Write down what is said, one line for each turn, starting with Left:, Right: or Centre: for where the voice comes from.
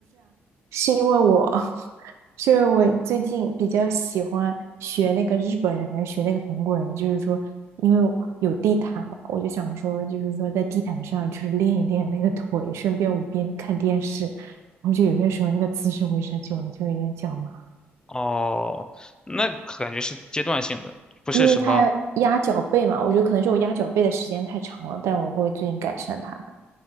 Right: 是因为我，<laughs> 是因为我最近比较喜欢学那个日本人还是学那个韩国人，就是说，因为有地毯嘛，我就想说，就是说在地毯上就是练一练那个腿，顺便我边看电视，然后就有些时候那个姿势维持久了就有点脚麻，
Left: 哦，那感觉是阶段性的，不是什么
Right: 因为他要压脚背嘛，我觉得可能是我压脚背的时间太长了，但我会最近改善它的，